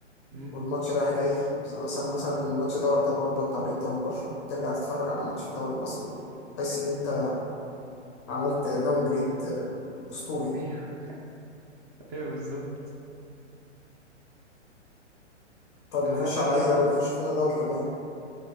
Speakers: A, on the right (about 30°); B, on the left (about 25°).
A: مم.
B: والماتش رايح جاي زي مثلا مثلا ماتش دوري ابطال اوروبا بتاع الانتر والبرشا ترجع تتفرج على ماتش في الدوري المصري تحس ان انت عملت داون جريد اسطوري
A: أيوه أيوه بالظبط
B: طب
A: بس
B: نخش
A: ده ده
B: على
A: برضه
B: اي دوري نخش في لنا دوري كمان